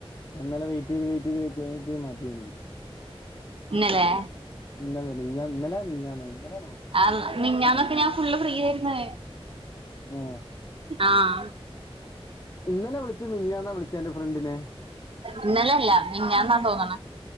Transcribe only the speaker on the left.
ഞ ഇന്നലെ വെയിറ്റീത് വെയിറ്റീത് വെയ്റ്റീത് മത്യായി.
ഇന്നലെ മിനിഞ്ഞാ ഇന്നലെ മിഞ്ഞാന്ന് ഇന്നലാണോ?
ഏ
ഇന്നലെ വിളിച്ചു മിഞ്ഞാന്നാ വിളിച്ചത് എന്റെ ഫ്രണ്ടിനെ?